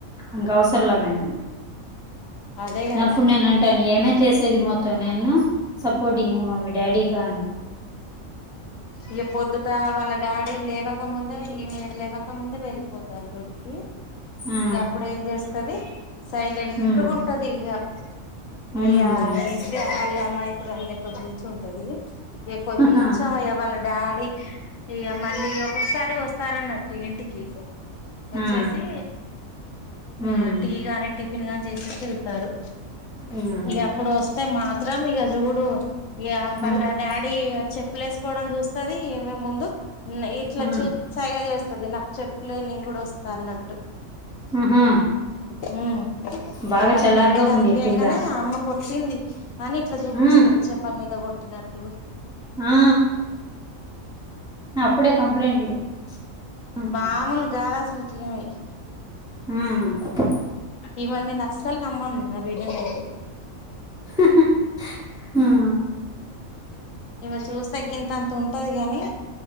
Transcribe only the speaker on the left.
అదే
కదా
రేపు పొద్దుట వాళ్ల డాడీ లేవాక్ ముందే ఈమె లేవక ముందే వెళ్ళిపోతారు డ్యూటీకి
ఇగా అప్పుడు ఏం చేస్తది సైలెంటు
గా ఉంటది ఇగా
అయ్యా ఏంటిది మళ్లీ అమాయకురాలు కూర్చుంటది ఇగ కొంచెం
ఇగ వాళ్ళ డాడీ ఇగ మళ్లీ ఒక్కసారే వస్తారన్నట్టు ఇంటికి వచ్చేసి
యా టీ గాని, టిఫిన్ గాని జేసెస్ ఏల్. తరు
ఇగా అప్పుడు వస్తే మాత్రం ఇగా జూడు ఈ అంబలా
డాడీ చెప్పులు ఏసుకోవడం జూస్తది. ఇవే ముందు ఇట్ల
చూప్ సైగ జేస్తది నాకు చెప్పులే నేన్ గూడా వస్తా అన్నట్టు.
ఉహుహ్ ఉ
ఇగా వాళ్ళ
డాడీ గనిపియగానే
అమ్మ కొట్టింది అని ఇట్లా జూపిస్తది,
చెంప మీద గొట్టినట్టు.
మావూలగ్ గాదు అసలుకి ఇవే.
ఇవన్ నీన్ అసలు నమ్మన్ నా బిడ్డనైతే.
ఇవ్వా చూస్తే గింతంతా ఉంటది గాని